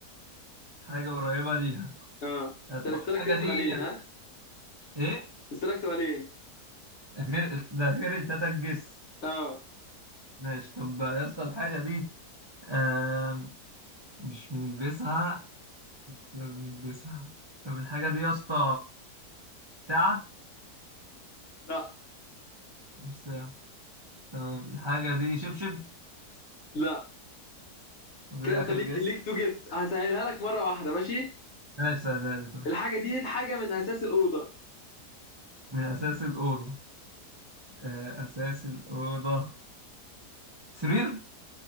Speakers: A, on the right (about 35°); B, on the left (about 50°).
A: حاجة قريبة ليها
B: اه
A: آه، طب
B: انت لسه
A: الحاجة
B: لك كده
A: دي
B: سؤالين ها
A: ايه
B: لسه لك سؤالين
A: غير ده غير التاتا الجس
B: اه
A: ماشي طب يا اسطى الحاجة دي آه، مش بنلبسها بس بنلبسها طب الحاجة دي يا اسطى ساعة
B: لا
A: مش ساعة تمام الحاجة دي شبشب
B: لا
A: وده
B: كده
A: ده
B: انت
A: آخر
B: ليك
A: جس
B: ليك تو جس هسهلها لك مره واحده ماشي
A: ماشي سهلها لي طيب
B: الحاجه دي حاجه من اساس الاوضه
A: من أساس الأوضة آه، أساس الأوضة سرير